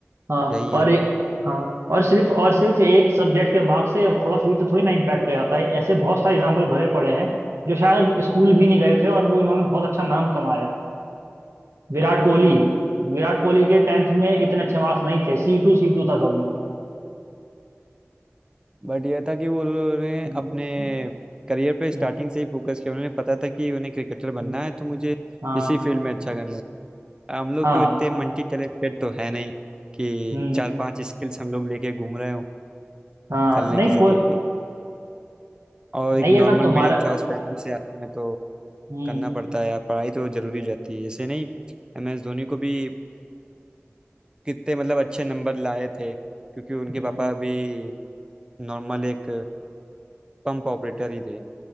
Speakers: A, on the right (about 75°); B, on the right (about 20°).
A: हाँ
B: यही
A: और
B: है
A: ये-
B: वह
A: हाँ और सिर्फ और सिर्फ एक सब्जेक्ट के मार्क्स से थोड़ा फ्यूचर थोड़ी ना इम्पैक्ट हो जाता है ऐसे बहुत सारे एग्जाम्पल भरे पड़े हैं जो शायद स्कूल भी नहीं गए थे और वो इन्होंने बहुत अच्छा नाम कमाया है विराट कोहली विराट कोहली के टेंथ में इतने अच्छे मार्क्स नहीं थे सी टू सी टू था सब में
B: बट यह था कि वो उन्होंने
A: हम्म,
B: अपने
A: हम्म,
B: करियर पे स्टार्टिंग
A: हम्म,
B: से ही फोकस किया उन्हें पता था कि उन्हें क्रिकेटर बनना
A: हम्म,
B: है तो मुझे
A: हाँ
B: इसी फील्ड में अच्छा
A: हम्म,
B: करना है हम लोग
A: हाँ
B: तो इतने मल्टी टैलेंटेड तो है नहीं कि
A: हम्म
B: चार पांच स्किल्स हम लोग लेके घूम रहे हो
A: हाँ
B: कर लें
A: नहीं
B: किसी
A: कोई
B: तरीके और
A: नहीं
B: एक नॉर्मल
A: अगर तुम्हारा
B: मिडिल क्लास फैमिली से आते हैं तो
A: हम्म
B: करना पड़ता है यार पढ़ाई तो जरूरी हो जाती है जैसे नहीं एम एस धोनी को भी कितने मतलब अच्छे नंबर लाए थे क्योंकि उनके
A: हम्म,
B: पापा अभी नॉर्मल एक पंप ऑपरेटर ही थे